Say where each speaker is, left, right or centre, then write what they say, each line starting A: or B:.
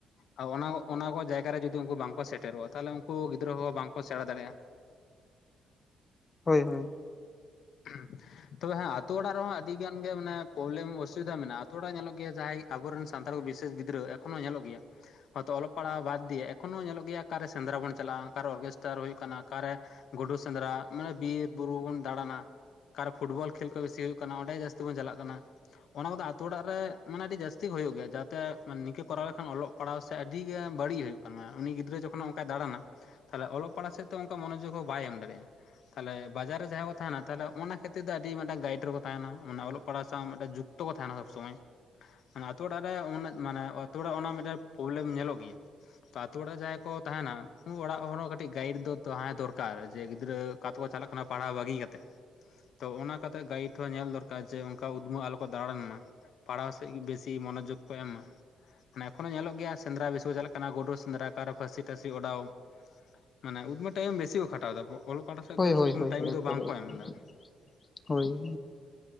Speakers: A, on the left; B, on the left.
A: ᱟᱨ ᱚᱱᱟ, ᱚᱱᱟ ᱠᱚ ᱡᱟᱭᱜᱟ ᱨᱮ ᱡᱩᱫᱤ ᱩᱝᱠᱩ ᱵᱟᱝᱠᱚ ᱥᱮᱴᱮᱨᱚᱜ-ᱟ ᱛᱟᱦᱞᱮ ᱩᱝᱠᱩ ᱜᱤᱫᱽᱨᱟᱹ ᱦᱚᱸ ᱵᱟᱝᱠᱚ ᱥᱮᱬᱟ ᱫᱟᱲᱮᱭᱟᱜ-ᱟ᱾
B: ᱦᱳᱭ ᱦᱳᱭ᱾
A: <unintelligible> ᱛᱚᱵᱮ ᱦᱮᱸ ᱟᱛᱳ ᱚᱲᱟᱜ ᱨᱮᱦᱚᱸ ᱟᱹᱰᱤ ᱜᱟᱱ ᱜᱮ ᱢᱟᱱᱮ ᱯᱨᱚᱵᱞᱮᱢ ᱚᱥᱩᱵᱤᱫᱟ ᱢᱮᱱᱟᱜ-ᱟ᱾ ᱟᱛᱳ ᱚᱲᱟᱜ ᱧᱮᱞᱚᱜ ᱜᱮᱭᱟ ᱡᱟᱦᱟᱸᱟᱭ ᱟᱵᱚᱨᱮᱱ ᱥᱟᱱᱛᱟᱲ ᱠᱚ ᱵᱤᱥᱮᱥ ᱜᱤᱫᱽᱨᱟᱹ ᱮᱠᱷᱚᱱ ᱦᱚᱸ ᱧᱮᱞᱚᱜ ᱜᱮᱭᱟ᱾ ᱦᱳᱭᱛᱚ ᱚᱞᱚᱜ ᱯᱟᱲᱦᱟᱣ ᱵᱟᱫ ᱫᱤᱭᱮ ᱮᱠᱷᱚᱱ ᱦᱚᱸ ᱧᱮᱞᱚᱜ ᱜᱮᱭᱟ ᱚᱠᱮ ᱥᱮᱸᱫᱽᱨᱟ ᱵᱚᱱ ᱪᱟᱞᱟᱜ-ᱟ ᱚᱠᱟᱨᱮ ᱚᱨᱜᱮᱥᱴᱟᱨ ᱦᱩᱭᱩᱜ ᱠᱟᱱᱟ ᱚᱠᱟᱨᱮ ᱜᱩᱰᱩ ᱥᱮᱸᱫᱽᱨᱟ ᱢᱟᱱᱮ ᱵᱤᱨ ᱵᱩᱨᱩ ᱵᱚᱱ ᱫᱟᱬᱟᱱᱟ᱾ ᱟᱠᱟᱨᱮ ᱯᱷᱩᱴᱵᱚᱞ ᱠᱷᱮᱹᱞ ᱠᱚ ᱵᱤᱥᱤ ᱦᱩᱭᱩᱜ ᱠᱟᱱᱟ ᱚᱸᱰᱮ ᱡᱟᱹᱥᱛᱤ ᱵᱚᱱ ᱪᱟᱞᱟᱜ ᱠᱟᱱᱟ᱾ ᱚᱱᱟ ᱠᱚᱫᱚ ᱟᱛᱳ ᱚᱲᱟᱜ ᱨᱮ ᱢᱟᱱᱮ ᱟᱹᱰᱤ ᱡᱟᱹᱥᱛᱤ ᱦᱩᱭᱩᱜ ᱜᱮᱭᱟ᱾ ᱡᱟᱛᱮ ᱱᱤᱝᱠᱟᱹ ᱠᱚᱨᱟᱣ ᱞᱮᱠᱷᱟᱱ ᱚᱞᱚᱜ ᱯᱟᱲᱦᱟᱣ ᱥᱮᱫ ᱟᱹᱰᱤ ᱜᱮ ᱵᱟᱹᱲᱤᱡ ᱦᱩᱭᱩᱜ ᱠᱟᱱᱟ ᱩᱱᱤ ᱜᱤᱫᱽᱨᱟᱹ ᱡᱚᱠᱷᱚᱱ ᱚᱱᱠᱟᱭ ᱫᱟᱬᱟᱱᱟ᱾ ᱛᱟᱦᱞᱮ ᱚᱞᱚᱜ ᱯᱟᱲᱦᱟᱜ ᱥᱮᱫᱛᱮ ᱚᱱᱠᱟ ᱢᱚᱱᱚᱡᱳᱜᱽ ᱦᱚᱸ ᱵᱟᱭ ᱮᱢ ᱫᱟᱲᱮᱭᱟᱜ-ᱟ ᱛᱟᱦᱞᱮ ᱵᱟᱡᱟᱨ ᱨᱮ ᱡᱟᱦᱟᱸᱭ ᱠᱚ ᱛᱟᱸᱦᱮᱱᱟ᱾ ᱛᱟᱦᱚᱞᱮ ᱚᱱᱟ ᱠᱷᱮᱛᱛᱤᱨ ᱛᱮ ᱟᱹᱰᱤᱴᱟᱝ ᱜᱟᱭᱤᱰ ᱨᱮ ᱠᱚ ᱛᱟᱦᱮᱱᱟ ᱢ ᱚᱱᱟᱮ ᱚᱞᱚᱜ ᱯᱟᱲᱦᱟᱣ ᱥᱟᱶ ᱢᱤᱫᱴᱟᱝ ᱡᱩᱠᱛᱚ ᱠᱚ ᱛᱟᱦᱮᱱᱟ ᱥᱚᱵᱽ ᱥᱚᱢᱚᱭ᱾ ᱟᱱᱮ ᱟ ᱟᱹᱛᱩᱳ ᱚᱲᱟᱜ ᱨᱮ ᱩ ᱢᱟᱱᱮᱛᱳ ᱚᱲᱟᱜ ᱚᱱᱟ ᱢᱤᱫᱴᱮᱱ ᱯᱨᱚᱵᱞᱮᱢ ᱧᱮᱞᱚᱜ ᱜᱮᱭᱟ ᱾ ᱛᱚ ᱟᱛᱳ ᱚᱲᱟᱜ ᱨᱮ ᱡᱟᱦᱟᱸᱭ ᱠᱚ ᱛᱟᱦᱮᱱᱟ ᱩᱱ ᱚᱲᱟᱜ ᱦᱚᱲᱚᱸ ᱠᱟᱹᱴᱤᱡ ᱜᱟᱭᱤᱰ ᱫᱚ ᱛᱟᱦᱮᱸ ᱫᱚᱨᱠᱟᱨ ᱡᱮ ᱜᱤᱫᱽᱨᱟᱹ ᱚᱠᱟ ᱛᱮᱠᱚ ᱪᱟᱞᱟᱜ ᱠᱟᱱᱟ ᱯᱟᱲᱦᱟᱣ ᱵᱟᱹᱜᱤ ᱠᱟᱛᱮᱜ ᱾ ᱛᱚ ᱚᱱᱟ ᱠᱟᱛᱮᱜ ᱜᱟᱭᱤᱰ ᱦᱚᱸ ᱧᱮᱞ ᱫᱚᱨᱠᱟᱨ ᱡᱮ ᱚᱱᱠᱟ ᱩᱫᱽᱢᱹᱣ ᱟᱞᱚ ᱠᱚ ᱫᱟᱬᱟᱱ ᱢᱟ ᱾ ᱯᱟᱲᱦᱟᱣ ᱥᱮᱫ ᱜᱮ ᱵᱮᱥᱤ ᱢᱚᱱᱚᱡᱳᱜᱽ ᱠᱚ ᱮᱢ ᱢᱟ ᱾ ᱢᱟᱱᱮ ᱮᱠᱷᱚᱱᱳ ᱧᱮᱞᱚᱜ ᱜᱮᱭᱟ ᱥᱮᱸᱫᱽᱨᱟ ᱵᱮᱥᱤ ᱠᱚ ᱜᱮ ᱪᱟᱞᱟᱜ ᱠᱟᱱᱟ ᱜᱩᱰ ᱥᱮᱸᱫᱽᱨᱟ ᱚᱠᱟᱨᱮ ᱯᱷᱟᱹᱥᱤ ᱴᱟᱹᱥᱤ ᱚᱰᱟᱣ ᱾ ᱢᱟᱱᱮ ᱩᱫᱢ ᱴᱟᱭᱤᱢ ᱵᱮᱥᱤ ᱠᱚ ᱠᱷᱟᱴᱟᱣ ᱫᱟ ᱚᱞᱚᱜ ᱯᱟᱲᱦᱟᱜ ᱥᱮᱫ
B: ᱦᱳᱭ
A: ᱫᱚ
B: ᱦᱳᱭ
A: ᱥᱮᱨᱚᱠᱚᱢ
B: ᱦᱳᱭ
A: ᱴᱟᱭᱤᱢ
B: ᱦᱳᱭ
A: ᱫᱚ
B: ᱮᱠᱵᱟᱨᱮ
A: ᱵᱟᱝᱠᱚ
B: ᱮᱠᱵᱟᱨᱮ
A: ᱮᱢ ᱫᱟ ᱾
B: ᱦᱳᱭ,